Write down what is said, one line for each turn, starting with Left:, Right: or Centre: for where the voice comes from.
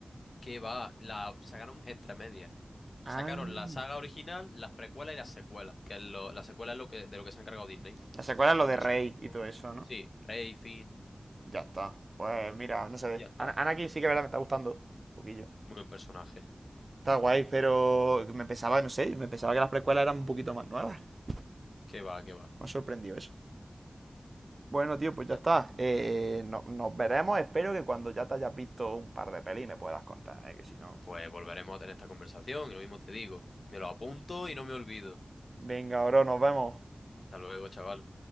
Left: Que va, la sacaron entre medias.
Right: Anda.
Left: Sacaron la saga original, las precuelas y las secuelas. Que es lo- la secuela es lo que, de lo que se ha encargado Disney.
Right: La secuela es
Left: Y
Right: lo
Left: lo
Right: de
Left: que
Right: Rey
Left: ha sido un poco.
Right: y todo eso, ¿no?
Left: Sí, Rey, Finn,
Right: Ya está. Pues mira, no sé.
Left: y ya está.
Right: Ana- Anakin sí que es verdad me está gustando. Un poquillo.
Left: Muy buen personaje.
Right: Está guay, pero me pensaba, no sé, me pensaba que las precuelas eran un poquito más nuevas. Me
Left: Que va, que va.
Right: ha sorprendido eso. Bueno, tío, pues ya
Left: Ya-
Right: está. Eh, no- nos veremos. Espero que cuando ya te hayas visto un par de pelis me puedas contar, ¿eh? que si no.
Left: Pues volveremos a tener esta conversación y lo mismo te digo. Me lo apunto y no me olvido.
Right: Venga, bro, nos vemos.
Left: Hasta luego, chaval.